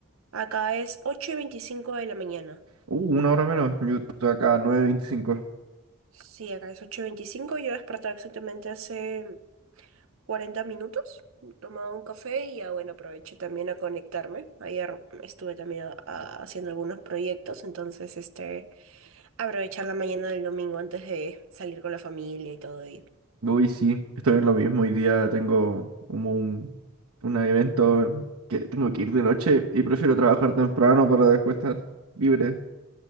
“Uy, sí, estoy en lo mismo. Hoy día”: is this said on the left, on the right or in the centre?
Right